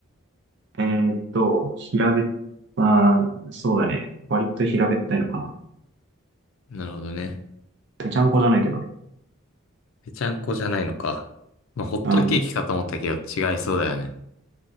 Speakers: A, on the right; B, on the left.
A: えーっと、平べっ、まあー、そうだね。割と平べったいのかな。
B: なるほどね。
A: ぺちゃんこじゃないけどね。
B: ぺちゃんこじゃないのか。まあ、ホットケーキかと思ったけど、
A: うん。
B: 違いそうだよね。